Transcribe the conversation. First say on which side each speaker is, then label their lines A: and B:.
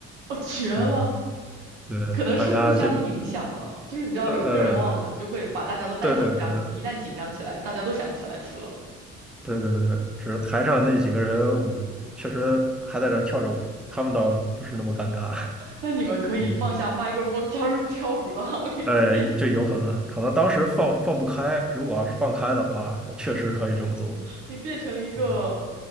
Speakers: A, on the right; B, in the centre.
A: 我绝了，
B: 嗯，对，
A: 可能是互相影响了，
B: 就大家这
A: 就是你知道有一个人忘了，
B: 呃呃，
A: 就会把大家都带紧张，
B: 对对对
A: 你一旦紧张起来，大家都想不起来词了。
B: 对对对对，只是台上那几个人舞确实还在那儿跳着舞，他们倒不是那么尴尬，
A: 那你们可以放下麦克风，
B: <laughs> 嗯。
A: 加入跳舞的行列，
B: 呃，
A: 变成
B: 这有可能，可能当时放放不开，如果要是放开的话，确实可以这么做。
A: 你变成一个
B: 嗯。